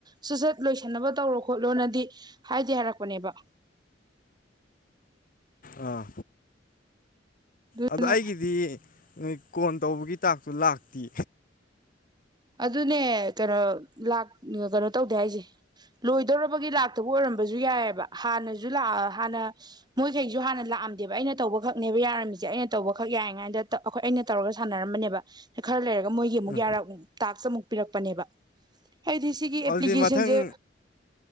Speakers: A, on the right (about 25°); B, on the left (about 50°).
A: ꯁꯨꯠꯆꯠ ꯂꯣꯏꯁꯤꯟꯅꯕ ꯇꯧꯔꯣ ꯈꯣꯠꯂꯣꯅꯗꯤ ꯍꯥꯏꯗꯤ ꯍꯥꯏꯔꯛꯄꯅꯦꯕ
B: ꯑꯥ
A: ꯑꯗꯨꯗꯨꯅ
B: ꯑꯗꯣ ꯑꯩꯒꯤꯗꯤ ꯅꯣꯏ ꯀꯣꯟ ꯇꯧꯕꯒꯤ ꯇꯥꯛꯇꯨ ꯂꯥꯛꯇꯦ
A: ꯑꯗꯨꯅꯦ ꯀꯩꯅꯣ ꯂꯥꯛ ꯀꯩꯅꯣ ꯇꯧꯗꯦ ꯍꯥꯏꯁꯦ ꯂꯣꯏꯗꯧꯔꯕꯒꯤ ꯂꯥꯛꯇꯕ ꯑꯣꯏꯔꯝꯕꯁꯨ ꯌꯥꯏꯑꯕ ꯍꯥꯟꯅꯁꯨ ꯂꯑ ꯍꯥꯟꯅ ꯃꯣꯏꯈꯩꯁꯨ ꯍꯥꯟꯅ ꯂ ꯄꯥꯝꯗꯦꯕ ꯑꯩꯅ ꯇꯧꯕꯈꯛꯅꯦꯕ ꯌꯥꯔꯝꯃꯤꯁꯦ ꯑꯩꯅ ꯇꯧꯕꯈꯛ ꯌꯥꯏꯉꯗ ꯑꯩꯈꯣꯏ ꯑꯩꯅ ꯇꯧꯔꯒ ꯁꯥꯟꯅꯔꯝꯕꯅꯦꯕ ꯈꯔ ꯂꯩꯔ ꯃꯣꯏꯒꯤ ꯑꯃꯨꯛ
B: ꯑꯥ
A: ꯌꯥꯔꯛꯎ ꯄꯤꯔꯛꯄꯅꯦꯕ ꯍꯥꯏꯗꯤ ꯁꯤꯒꯤ ꯑꯦꯄ꯭ꯂꯤꯀꯦꯁꯟꯁꯦ
B: ꯑꯗꯨꯗꯤ ꯃꯊꯪ